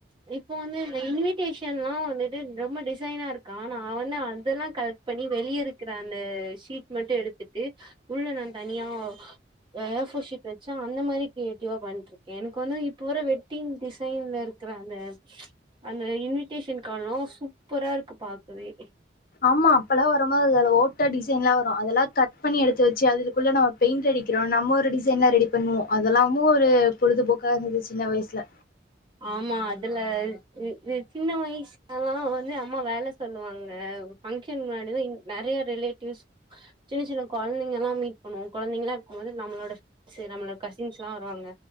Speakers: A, on the right (about 30°); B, on the left (about 55°).
A: இப்ப வந்து இன்விடேஷன்லா விடு நம்ம டிசைனா இருக்கா ஆனா அவதா அதல்லாம் கரெக்ட் பண்ணி வெளியில இருக்கிற அந்த சீட் மட்டும் எடுத்துட்டு உள்ள நா தனியா ஏ போர் சீட் வச்சு அந்த மாரி கியேட்டிவா பண்ணருக்கே எனக்கு ஒன்னோ இப் போர வெட்டிங் டிசைன்ல இருக்கிற அந்த அந்த இன்விடேஷன் காணோ சூப்பரா இருக்கு பாகவே
B: ஆமா அப்பெல்லா ரோம்ம அதல ஓட்டா டிசைன்ல்ல வரும் அதெல்லாம் கட் பண்ணி எடுத்து வச்சு அதுக்குள்ள நா பெயிண்ட் அடிக்கிறோ நம்ம ஒரு டிசைன்லா ரெடி பண்ணுவோம் அதெல்லாமு ஒரு பொழுதுபோக்கா இருந்தது சின்ன வயிசில
A: ஆமா அதுல வித் த் சின்ன வயசுல்லா வந்து அம்மா வேல சொல்லுவாங்க பங்க்ஷன் மாரித நெறைய ரிலே டியூஸ் சின்ன சின்ன குழந்தைங்கல்லா மீட் பண்ணுவோம் குழந்தைங்களா இருக்கும்போது நம்மளோட சேர் நம்மளோட கசின்ஸ்ல்லா வருவாங்க